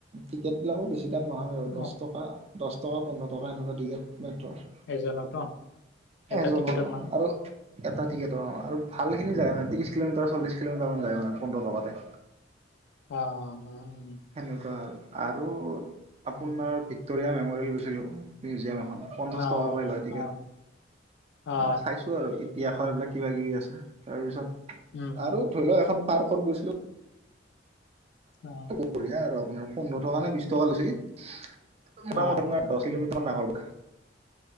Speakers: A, on the right (about 35°); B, on the left (about 65°).
A: টিকেট বিলাকো বেছি দাম নহয় বাৰু দহ
B: অ
A: টকা দহ টকা পোন্ধৰ টকা এনেকুৱা টিকেট মেট্ৰৰ,
B: একজনত ন এটা
A: এজনৰ
B: টিকেটত
A: অ',
B: মানুহ,
A: আৰু এটা টিকেট, ত ভাল খিনি যায় মানে ত্ৰিশ কিলোমিটাৰ চল্লিশ কিলোমিটাৰ মানায় মানে পোন্ধৰশ টকাতে,
B: অ অ উ উম,
A: সেনেকুৱা আৰু আৰু আপোনাৰ
B: উম
A: ভিক্টৰিয়া মেমৰিয়েল গৈছিলোঁ মিউজিয়াম এখন, পঞ্চাশ
B: অ
A: টকাকৈ লয় টিকেট
B: অ অ
A: মানে চাইছো আৰু তিয়াসৰ এইবিলাক কিবা কিবি আছে তাৰ পিছত
B: উম
A: আৰু
B: উম
A: ধৰি লওক এখন পাৰ্কত গৈছিলো।
B: অ,
A: বঢ়িয়া আৰু আপোনাৰ পোন্ধৰ টকা নে বিশ টকা লৈছিল মোটামুট
B: অ
A: আপোনাৰ দহ কিলোমিটাৰ
B: উম
A: মান ডাঙৰ,